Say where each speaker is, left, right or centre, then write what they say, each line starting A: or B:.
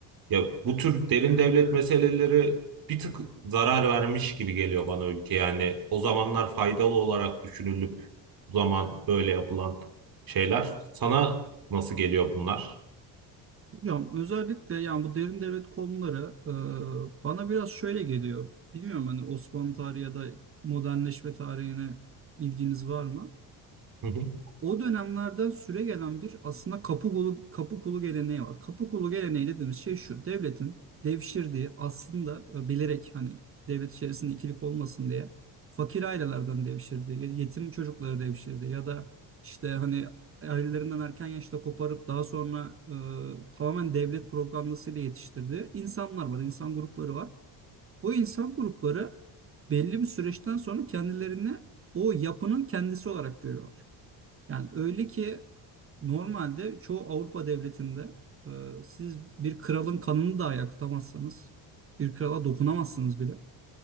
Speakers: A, on the right; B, on the right.
A: Ya bu tür derin devlet meseleleri bir tık zarar vermiş gibi geliyor bana ülke yani o zamanlar faydalı olarak düşünülüp bu zaman böyle yapılan şeyler sana nasıl geliyor bunlar?
B: Hocam özellikle yani bu derin devlet konuları e, bana biraz şöyle geliyor. Bilmiyorum hani Osmanlı tarihi ya da modernleşme tarihine bilginiz var mı?
A: Hı hı.
B: O dönemlerden süre gelen bir aslında kapı kulu, kapı kulu geleneği var. Kapı kulu geleneği dediğimiz şey şu. Devletin devşirdiği aslında e, bilerek hani devlet içerisinde ikilik olmasın diye fakir ailelerden devşirdiği, yetim çocukları devşirdiği ya da işte hani ailelerinden erken yaşta koparıp daha sonra e, tamamen devlet propagandasıyla yetiştirdiği insanlar var, insan grupları var. Bu insan grupları belli bir süreçten sonra kendilerini o yapının kendisi olarak görüyorlar. Yani öyle ki normalde çoğu Avrupa devletinde e, siz bir kralın kanını dahi akıtamazsanız, bir krala dokunamazsınız bile.